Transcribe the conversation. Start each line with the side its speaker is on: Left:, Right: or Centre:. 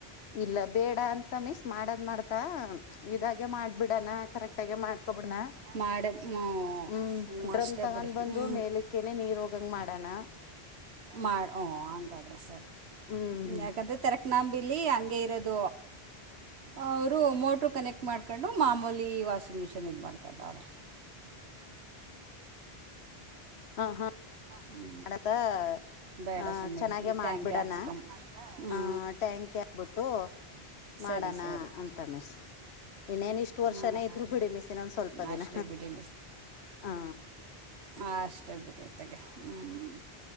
Left: ಇಲ್ಲ ಬೇಡ ಅಂತ ಮಿಸ್ ಮಾಡದ್ ಮಾಡ್ ಇದಾಗೆ ಮಾಡ್ಬಿಡನಾ ಕರೆಕ್ಟ್ಗೆ ಮಾಡ್ಕೊಬಿಡನಾ
Right: ಮಾಡೆ ಹ್ಞೂ
Left: ಹ್ಮ್
Right: ಹ್ಞೂ
Left: ಡ್ರಮ್
Right: ಅಷ್ಟೇ
Left: ತಗೊಂಡ್
Right: ಬಿಡಿ
Left: ಬಂದು
Right: ಹ್ಞೂ
Left: ಮೇಲಿಕ್ಕೆ ಅಕನೆ ನೀರ್ ಹೋಗಂಗ ಮಾಡೋಣ
Right: ಮಾಡ ಓ ಹಂಗಾದ್ರೆ ಸರಿ
Left: ಹ್ಮ್
Right: ಯಾಕಂದ್ರೆ ತೆರಕ್ನಾಂಬಿಲಿ ಹಂಗೆ ಇರೋದು ಅವರು ಮೋಟ್ರು ಕನೆಕ್ಟ್ ಮಾಡ್ಕೊಂಡು ಮಾಮೂಲಿ ವಾಷಿಂಗ್ ಮಿಷಿನ್ ಇದು ಮಾಡ್ಕದ್ರ
Left: ಹಾ ಹಾ
Right: ಹ್ಞೂ
Left: ನಡತಾ
Right: ಬೇಡ
Left: ಆಹ
Right: ಸುಮ್ಮನೆ
Left: ಚೆನ್ನಾಗೆ
Right: ಇನ್ನು
Left: ಮಾಡ್ಬಿಡಣ
Right: ಟ್ಯಾಂಕೆ ಹಾಕ್ಸ್ಕೊಂಡು ಹ್ಞೂ
Left: ಆ ಟ್ಯಾಂಕ್ ಹಾಕ್ಬಿಟ್ಟು ಮಾಡಣ
Right: ಸರಿ ಸರಿ
Left: ಅಂತ ಮಿಸಸ್ ಇನ್ನೇನ ಇಷ್ಟು ವರ್ಷನೇ
Right: ಹ್ಞೂ
Left: ಇದ್ರು ಬಿಡಿ ಮಿಸ್ ಇನ್ನೊಂದ್ ಸ್ವಲ್ಪ ದಿನ
Right: ಅಷ್ಟೇ ಬಿಡಿ
Left: ಹ
Right: ಹ ಅಷ್ಟಾಗ ಬಿಡಿತ್ತಗ ಹ್ಮ್